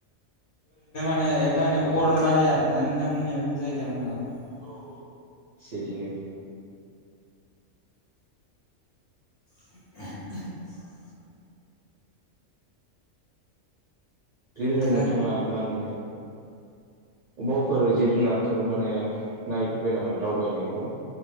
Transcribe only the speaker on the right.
सेदिनो
इदिनो
नोंथाङा मा होनो अबावफोर जिब जुनार फोर माने नायफैबाय नामा दावबायनायफ्राव